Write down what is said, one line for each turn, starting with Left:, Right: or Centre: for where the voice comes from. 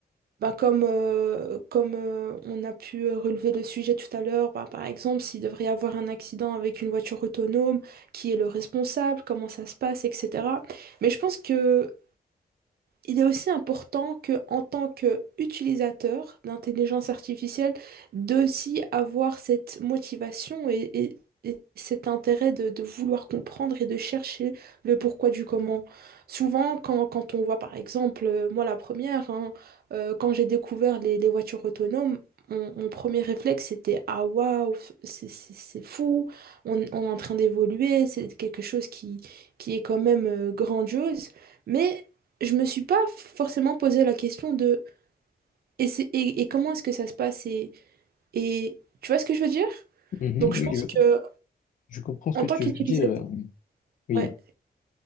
Right: bah, comme euh, comme euh, on a pu euh, relever le sujet tout à l'heure, bah, par exemple, s'il devrait y avoir un accident avec une voiture autonome, qui est le responsable, comment ça se passe, etc. Mais je pense que il est aussi important que, en tant qu'utilisateur d'intelligence artificielle, d'aussi avoir cette motivation et, et- et cet intérêt de, de vouloir comprendre et de chercher le pourquoi du comment. Souvent, quand, quand on voit, par exemple, euh, moi la première, hein, euh, quand j'ai découvert les, les voitures autonomes, Mon, mon premier réflexe, c'était ah waouh, f- c'est c'est- c'est fou, on, on est en train d'évoluer, c'est quelque chose qui, qui est quand même euh, grandiose. Mais je me suis pas forcément posé la question de et, c'est- et- et comment est-ce que ça se passe et, et tu vois ce que je veux dire?
Left: Mhm,
Right: Donc je
Left: Oui,
Right: pense
Left: je,
Right: que
Left: je comprends ce
Right: en
Left: que
Right: tant
Left: tu
Right: qu'utilisateur,
Left: veux dire. Oui,
Right: ouais.